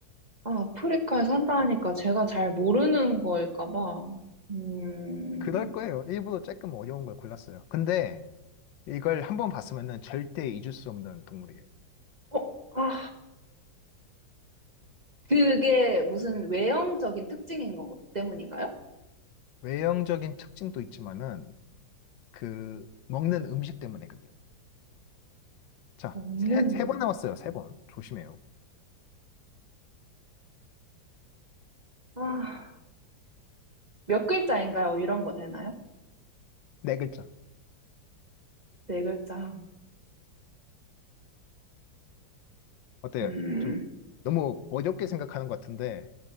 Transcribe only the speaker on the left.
그럴 거예요. 일부러 조금 어려운 걸 골랐어요. 근데 이걸 한 번 봤으면은 절대 잊을 수 없는 동물이에요.
외형적인 특징도 있지만은 그 먹는 음식 때문에거든요 자,
세, 세 번 나왔어요. 세 번. 조심해요.
네 글자.
어때요?
좀 너무 어렵게 생각하는 것 같은데